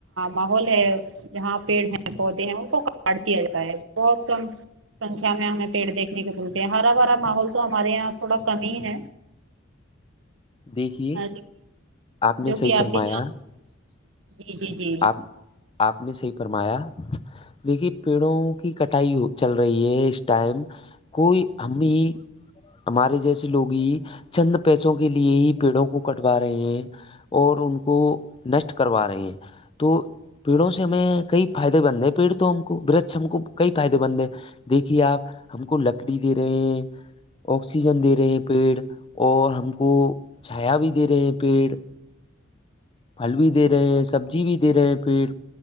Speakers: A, on the right; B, on the left.
A: ماحول ہے جہاں پیڑ ہیں پودے ہیں ان کو کاٹ دیا جاائے بہت کم سکھیا میں ہمیں پیڑ دیکنے کو ملتے ہیں ہرا بھرا ماحول تو ہمارے یہاں تھوڑا کم ہی ہے
B: دیکھیے
A: ہاں
B: نے
A: جو
B: صحیح
A: کہ آپ
B: فرمایا
A: بھی ج جی جی جی
B: آپ آپ نے صحیح فرمایا دیکھیے پیڑوں کی کٹائی چل رہی ہے اس ٹائم کوئی ہممی ہمارے جیسے لوگ ہی چند پیسوں کے لیے ہی پیڑوں کو کٹوا رہے ہیں اور ان کو نشٹ کروا رہے ہیں تو پیڑوں سے ہمیں کئی فائدے بند ہیں پیڑ تو ہم کو برچھ ہم کو کئی فائدے بند ہے دیکھیے آپ ہم کو لکڑی دے رہے ہیں آکسیجن دے رہے ہیں پیڑ اور ہم کو چھایا بھی دے رہے ہیں پیڑ پھل بھی دے رہے ہیں سبزی بھی دے رہے ہیں پیڑ